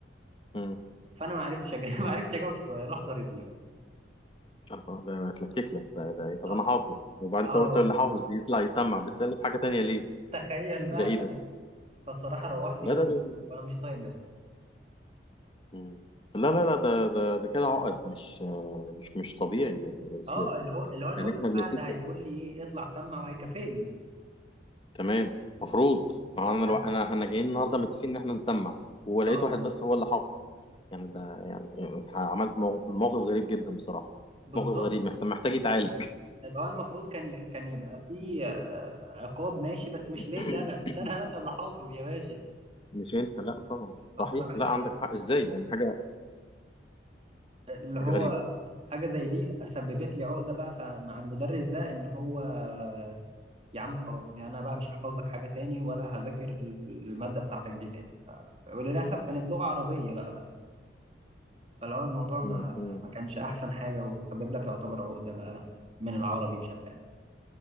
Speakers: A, on the left (about 30°); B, on the right (about 35°).
A: مم.
B: فأنا ما عرفتش أجاوب <laughs> ما عرفتش أجاوب السؤال راح ضربني بقى
A: الله ده اتلكك لك ده ده إيه؟ طب
B: أه
A: انا حافظ وبعدين انت
B: آه،
A: قلت اللي حافظ دي يطلع يسمع بتسألني في حاجة تانية ليه
B: تخيل بقى
A: ده ايه
B: ف-
A: ده
B: فالصراحة روحت
A: لا
B: اليوم
A: ده ده- ده-
B: وأنا مش طايق نفسي
A: مم. لا لا لا ده ده ده كده عقد مش آه، مش مش طبيعي يعني اصل
B: أه اللي هو اللي هو أنا
A: يعني
B: قلت
A: احنا بنتفق
B: بقى ده هيقول لي إيه اطلع سمع وهيكافئني
A: تمام مفروض ما
B: آه،
A: هو انا
B: ف...
A: لو انا احنا جايين النهارده متفقين ان احنا نسمع ولقيت
B: أه
A: واحد بس هو اللي حاطط يعني ده يعني انت عملت مو- موقف غريب جدا بصراحه
B: بالظبط
A: موقف غريب محتاج محتاج يتعالج
B: اللي هو المفروض كان ي- كان يبقى فيه آه، عقاب ماشي بس مش
A: <coughs>
B: ليا انا مش انا انا اللي حافظ يا باشا
A: مش انت لا طبعا
B: فالصراحه
A: صحيح لا
B: يعني
A: عندك حق ازاي يعني حاجه
B: اللي هو
A: حاجه غريبه
B: حاجه زي دي سببت لي عقده بقى ف- مع المدرس ده ان هو آه، يا عم خلاص يعني انا بقى مش هحفظ لك حاجه تاني ولا هذاكر ال- الماده بتاعتك دي تاني وللاسف كانت لغه عربيه بقى ف- فاللي هو الموضوع ما
A: مم.
B: ما كانش احسن حاجه وسبب لك يعتبر عقده بقى من العربي بشكل عام